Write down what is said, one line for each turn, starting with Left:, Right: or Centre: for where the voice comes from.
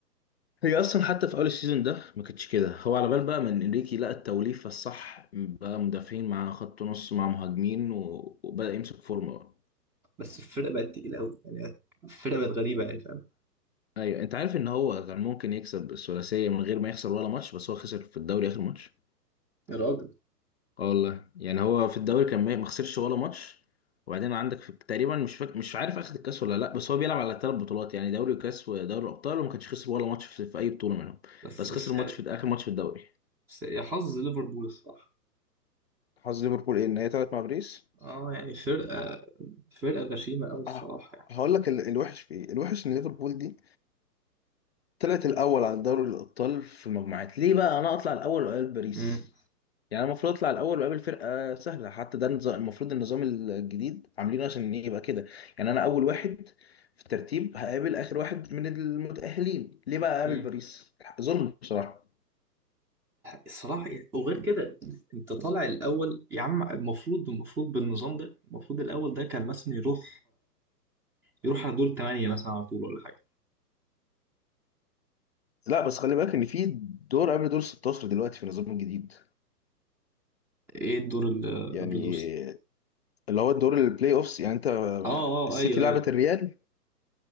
Left: هي اصلا حتى في اول السيزون ده ما كانتش كده هو على بال بقى من انريكي لقى التوليفه الصح بقى مدافعين مع خط نص مع مهاجمين و- وبدا يمسك فورمه بقى.
Centre: بس الفرقة بقت تقيلة قوي يعني الفرقة بقت غريبة يعني فاهم
Left: ايوه انت عارف ان هو كان ممكن يكسب الثلاثيه من غير ما يخسر ولا ماتش بس هو خسر في الدوري اخر ماتش
Centre: يا راجل
Left: اه والله يعني هو في الدوري كان ما ما خسرش ولا ماتش وبعدين عندك في تقريبا مش فاك... مش عارف اخد الكاس ولا لا بس هو بيلعب على ثلاث بطولات يعني دوري وكاس ودوري الابطال وما كانش خسر ولا ماتش في... في اي بطوله منهم
Centre: بس
Left: بس
Centre: بس
Left: خسر ماتش في اخر ماتش في الدوري
Centre: بس يا حظ ليفربول الصراحة
Left: حظ ليفربول ايه ان هي طلعت مع باريس
Centre: اه يعني فرقة فرقة غشيمة أوي الصراحة
Left: اه
Centre: يعني
Left: هقول لك ال- الوحش في ايه الوحش ان ليفربول دي طلعت الاول على دوري الابطال في المجموعات ليه بقى انا اطلع الاول وقال باريس
Centre: امم
Left: يعني أنا المفروض اطلع الاول واقابل فرقه سهله حتى ده النظام المفروض النظام الجديد عاملينه عشان يبقى كده يعني انا اول واحد في الترتيب هقابل اخر واحد من المتاهلين ليه بقى اقابل
Centre: امم
Left: باريس ظلم بصراحه
Centre: الصراحة يعني وغير كده أنت طالع الأول يا عم المفروض المفروض بالنظام ده المفروض الأول ده كان مثلا يروح يروح على دور الثمانية مثلا على طول ولا حاجة
Left: لا بس خلي بالك ان في دور قبل دور 16 دلوقتي في النظام الجديد
Centre: إيه الدور اللي
Left: يعني
Centre: قبل دور الستة
Left: اللي هو الدور البلاي اوفس يعني انت
Centre: اه اه
Left: السيتي
Centre: اه، أيوه
Left: لعبت
Centre: أيوه
Left: الريال